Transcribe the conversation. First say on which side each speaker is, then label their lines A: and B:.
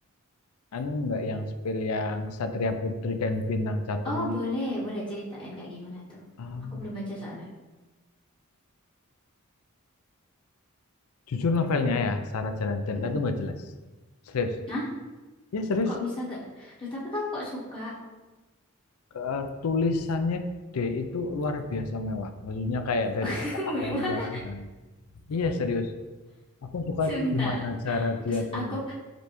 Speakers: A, on the left; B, on the left.
A: Anu nggak yang spill yang Satria Putri dan Bintang Jatuhnya.
B: Oh, boleh, boleh ceritain kayak gimana tuh.
A: Em,
B: Aku belum baca soalnya.
A: jujur novelnya ya, secara jalan cerita
B: Mm-mm.
A: itu nggak jelas. Serius.
B: Nah,
A: Ya serius,
B: kok bisa gak? Duh, tapi kamu kok suka?
A: Ke- eh, tulisannya D itu luar biasa mewah. Maksudnya kayak dari
B: <laughs>
A: kata-kata
B: Mewah.
A: yang diarangkan. Iya serius. Aku suka
B: Sebentar.
A: gimana cara dia
B: Bes-
A: nulis.
B: Aku,